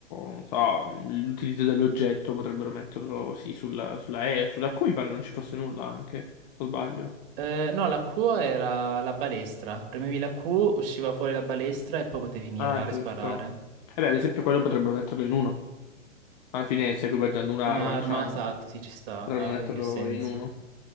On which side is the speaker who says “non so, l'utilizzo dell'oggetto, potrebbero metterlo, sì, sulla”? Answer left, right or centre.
Left